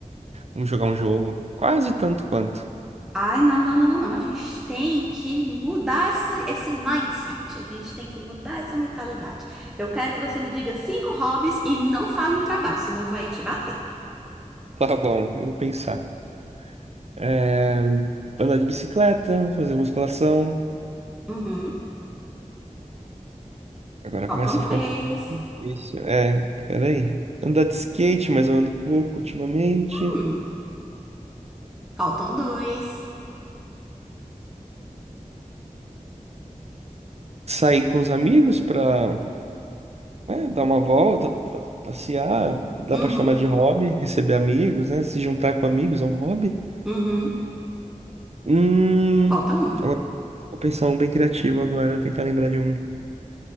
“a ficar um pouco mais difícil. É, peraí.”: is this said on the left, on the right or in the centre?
Right